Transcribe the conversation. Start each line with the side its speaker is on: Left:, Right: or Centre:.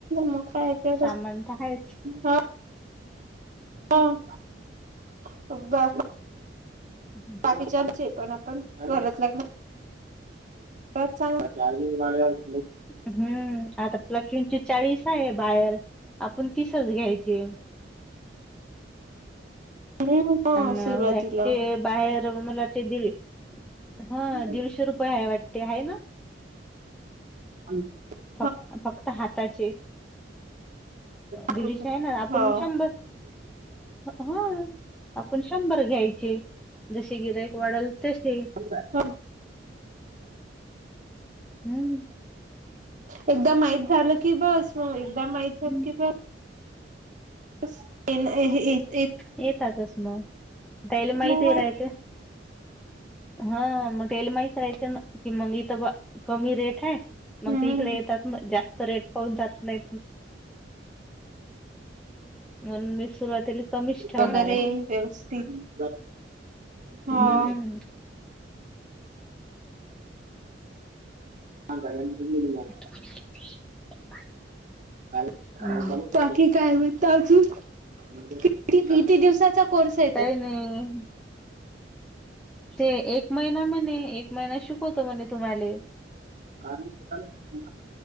Right: मग काय तर
Centre: सामान त हायच.
Right: हा <unintelligible>
Centre: <inaudible>
Right: बाकीचे आमचे पण आपण घरातल घरा त्याचा <inaudible>
Centre: हम्म आता प्लकिंगची चाळीस हाय बाहेर आपण तीसच घ्यायचे.
Right: <unintelligible>
Centre: अन्
Right: सुरुवातीला
Centre: वॅक्सचे बाहेर मला ते दीड हा
Right: हो
Centre: दीडशे रुपये हाय वाटते हाय ना?
Right: <unintelligible>
Centre: फक् -फक्त हाताचे.
Right: कृपे
Centre: दीडशे हाय ना आपण
Right: हो
Centre: शंभर हा. आपण शंभर घ्यायचे जशे गिरायक वाढल तशे.
Right: <unintelligible>
Centre: हम्म
Right: एकदा माहित झालं की बस मग एकदा माहित
Centre: हम्म
Right: झालं की ब स -एन हे हे -
Centre: येतातच म त्यायले माहिती
Right: मग वाढ
Centre: रायते. हा मग त्याले माहीत राहयते ना की मग इथं कमी रेट हाय. मग
Right: हम्म
Centre: ते इकडे येतात म जास्त रेट पाऊून जात नाय. म्हणून मी सुरवातीला कमीच ठेवणाराय
Right: वगैरे व्यवस्थित हा.
Centre: हम्म.
Right: <unintelligible>
Centre: <inaudible>
Right: काय काय
Centre: हम्म
Right: बाकी काय म्हणता अजून किती किती दिवसाचा कोर्स आय?
Centre: काय नाई. ते एक महिना म्हणे एक महिना शिकवतो म्हणे तुम्हाला.
Right: हम्